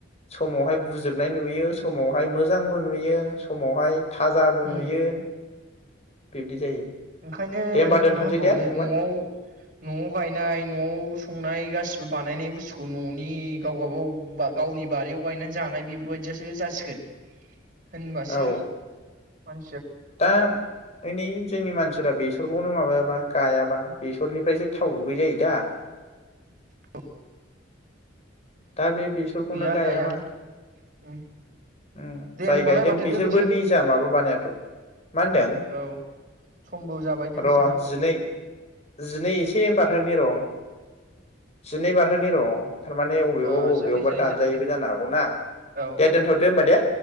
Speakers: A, on the left; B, on the right.
A: समावहाय बुजोबनाय नुयो समावहाय मोजांबो नुयो समावहाय थाजाबो नुयो
B: उम
A: बिब्दि जायो
B: ओंखायनो
A: दे होमबा दोनथ'सै
B: मा होनबावनो
A: दे फंबाय
B: न'आव न'आव गायनाय न'आव संनाय गा बिबो बानायनाय बुस्थुखौ न'नि गाव गाबाव गावनि बारियाव गायनानै जानाय बेफोरबायदियासो जासिगोन। होनबासो
A: औ
B: मान
A: दा ऐनै जोंनि मानसिफ्रा बेसरखौनो माबायाबा गायाबा बेसरनिफ्रायसो थाव गुबै जायो दा।
B: औ
A: दा बे बेसरखौनो
B: गैया
A: गायाबा
B: गाया उम
A: उम
B: दे
A: जाय
B: होमबालाय
A: गायदों
B: माथो
A: बेसोरबो
B: दोननोसै
A: निजा माबाबानाय <inaudible> मा होनदों
B: औ समबो जाबाय दोनसै
A: र
B: नामा
A: जिनै जिनै एसे बारहोनि र' जिनै बारहोनि र थारमान बबेयावबाबा
B: ओ
A: बबेयावबा
B: जायो जायो
A: दानजायैबो
B: जानायालाय
A: जानो हागौना
B: औ
A: दे
B: औ
A: दोनथदो होमबा दे